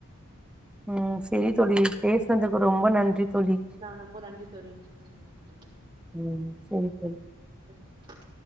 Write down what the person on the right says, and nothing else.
நா நொம்ப நன்றி தோழி நா ரொம்ப நன்றி
தோழி